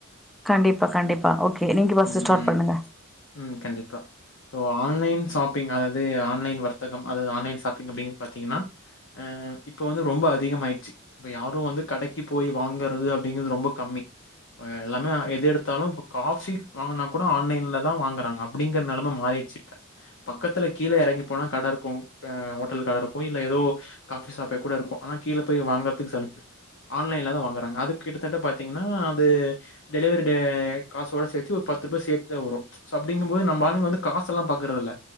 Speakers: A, in the centre; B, on the left.
A: கண்டிப்பா கண்டிப்பா ஓகே நீங்க ஃபஸ்ட்டு ஸ்டார்ட்
B: ம், ம்.
A: பண்ணுங்க
B: ம். கண்டிப்பா சோ ஆன்லைன்‌ சாப்பிங் அதாது ஆன்லைன் வர்த்தகம் அது ஆன்லைன் சாப்பிங் அப்டின் பாத்தீங்கனா அ இப்ப வந்து ரொம்ப அதிகமாயிடுச்சி இப்ப யாரு வந்து கடைக்கு போய் வாங்கறது அப்டிங்கறது ரொம்ப கம்மி அ எல்லாமே எது எடுத் தாலு இப்ப காஃபி வாங்குனா கூட ஆன்லைன்ல தா வாங்குறாங்க அப்டிங்கற நெலம மாரிடிச்சி இப்ப பக்கத்துல கீழ எறங்கி போனா கடருக்கு அ ஓட்டல் கடருக்கு இல்ல எதோ காஃபி ஷாப்பே கூட இருக்கு ஆனா கீழ போய் வாங்கற்த்துக்கு சலிப்பு ஆன்லைன்ல தா வாங்குறாங்க அது கிட்டதட்ட பாத்தீங்னா அது டெலிவரி தே காசோட சேத்து ஒரு பத்து ரூபா சேத்துதா வரு சோ அப்டிங்குபோது நம்ப ஆளுங்க வந்து காசல்லா பாக்குறதுல்ல